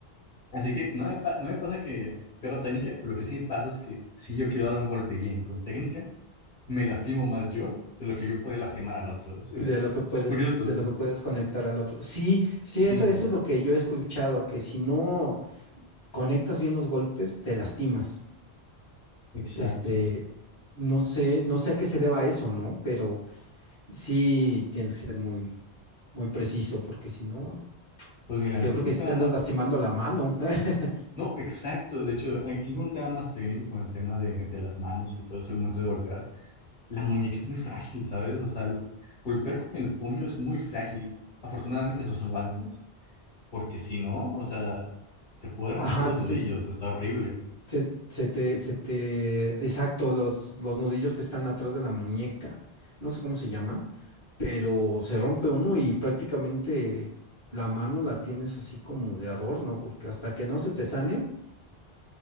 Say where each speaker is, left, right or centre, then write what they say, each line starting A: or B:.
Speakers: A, on the left; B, on the left.
A: Así que no me, pa- no me pasa que pierda técnica, pero lo que sí me pasa es que si yo quiero dar un golpe bien con técnica, me lastimo más yo de lo que yo podría lastimar al otro. Es, es,
B: de lo que puedes,
A: es curioso.
B: de lo que puedes conectar al otro. Sí, sí,
A: Sí,
B: eso, eso es lo que yo he escuchado, que si no conectas bien los golpes, te lastimas.
A: exacto.
B: Este, no sé, no sé a qué se deba eso, ¿no? Pero sí tienes que ser muy, muy preciso, porque si no,
A: Pues mira,
B: yo
A: eso
B: creo
A: es
B: que
A: un
B: sí
A: tema
B: te andas
A: más...
B: lastimando la mano. <laughs>
A: No, exacto. De hecho, aquí con un tema más técnico con el tema de, de las manos y todo eso, el momento de golpear. La muñeca es muy frágil, ¿sabes? O sea, el- golpear con el puño es muy frágil. Afortunadamente se usan guantes, porque si no, o sea, te puede romper
B: Ajá,
A: los nudillos.
B: sí,
A: Está horrible.
B: se, se te, se te, exacto, los, los nudillos que están atrás de la muñeca, no sé cómo se llaman, pero se rompe uno y prácticamente la mano la tienes así como de adorno, porque hasta que no se te sane,